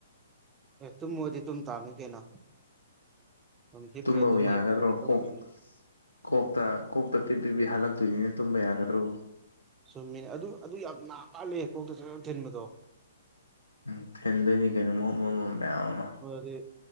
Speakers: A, on the right; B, on the left.
A: ꯑꯦ ꯇꯨꯝꯃꯣꯏꯗꯤ ꯇꯨꯝ ꯇꯥꯃꯤ ꯀꯩꯅꯣ ꯑꯗꯨꯨꯝ ꯍꯤꯄ
B: ꯇꯨꯝꯕꯕꯨ
A: ꯇꯨꯝꯕ
B: ꯌꯥꯒꯗ꯭ꯔꯣ
A: ꯌꯥꯕꯣꯏꯗꯤ
B: ꯀꯣꯛ
A: ꯇꯨꯝꯒꯅꯤ
B: ꯀꯣꯛꯇ ꯀꯣꯛꯇ ꯄꯤ ꯄꯤꯕꯤ ꯍꯜꯂꯛꯇꯣꯏꯅꯤꯅ ꯇꯨꯝꯕ ꯌꯥꯒꯗ꯭ꯔꯣ
A: ꯆꯨꯝꯃꯤꯅꯦ ꯑꯗꯨ ꯑꯗꯨ ꯌꯥꯝ ꯅꯥꯥ ꯃꯥꯜꯂꯦ ꯀꯣꯛꯇ ꯊꯤꯟꯕꯗꯣ
B: ꯎꯝ ꯊꯤꯟꯗꯣꯏꯅꯤ ꯀꯩꯅꯣ ꯃꯍꯨꯠ ꯃꯍꯨꯠ ꯃꯍꯨꯠ ꯃꯌꯥꯝ ꯑꯃ
A: ꯑꯗꯨꯗꯤ